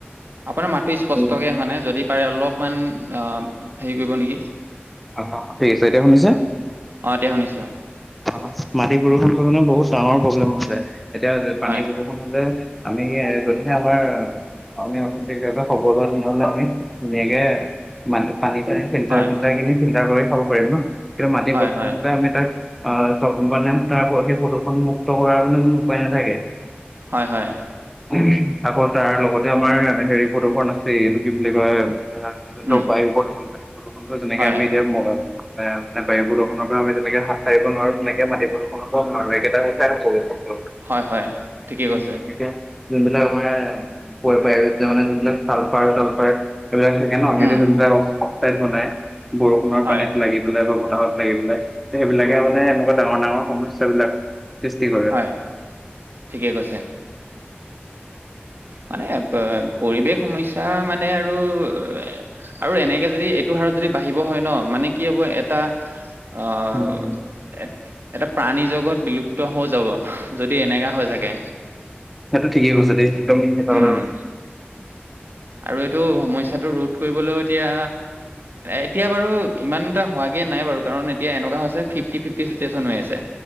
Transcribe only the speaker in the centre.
ঠিক
অ', অ'ঠিক আছে। এতিয়া শুনিছা?
অহ, অহ, মাটি প্ৰদূষণ <unintelligible> বহুত ডাঙৰ প্ৰব্লেম হৈছে। এতিয়া পানী
হ'লে, আমি এ যদিহে আমাৰ আমি অকণ দেৰিকৈ এপাক খবৰ লৈ <unintelligible> ধুনীয়াকে মাটি, পানী- চানী ফিল্টাৰ-
চিল্টাৰ কিনি ফিল্টাৰ কৰি খাব পাৰিম ন। কিন্তু মাটি
প্ৰদূষণ
হ'লে আমি তাক আহ, চব মানে তাৰপৰা সেই প্ৰদূষণমুক্ত কৰাৰ কোনো উপায় নাথাকে।
উমহ, আকৌ তাৰ লগতে আমাৰ হেৰি প্ৰদূষণ আছেই, এইটো কি বুলি কয় সেইটো
বায়ু প্ৰদূষণ <unintelligible> বায়ু প্ৰদূষণটো যেনেকে
আমি এতিয়া মহো তে আপোনাৰ বায়ু প্ৰদূষণৰ পৰা আমি যেনেকে হাত সাৰিব নোৱাৰো, তেনেকে মাটি প্ৰদূষণৰ পৰাও নোৱাৰো। একেইটা সমস্যাই হব
উম, এতিয়া। যোনবিলাক আমাৰ <unintelligible> তেতিয়া মানে যোনবিলাক ছালফাৰ- তালফাৰ সেইবিলাক থাকে ন। সেইবিলাক
যোনবিলাক অক্সাইড বনাই বৰষুণৰ
পানীত লাগি লাগিলেই বা বতাহত লাগি পেলাই। সেইবিলাকে মানে এনেকুৱা ডাঙৰ, ডাঙৰ সমস্যাবিলাক সৃষ্টি কৰে।
উম,
সেইটো ঠিকে কৈছে দেই। একদম সঁচা
কথা কৈছে
<inaudible>